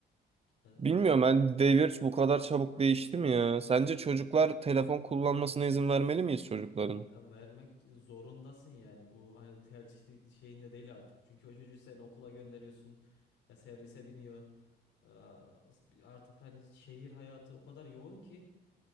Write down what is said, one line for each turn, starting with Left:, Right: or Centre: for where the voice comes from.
Left: e,
Right: Bilmiyorum
Left: tamam.
Right: ben devir bu kadar çabuk değişti mi ya? Sence çocuklar telefon kullanmasına izin vermeli miyiz çocukların?
Left: Ya vermek zorundasın yani bu hani tercih de- şeyinde değil artık. Çünkü o çocuğu sen okula gönderiyorsun ya servise biniyor. Aa, Artık hani şehir hayatı o kadar yoğun ki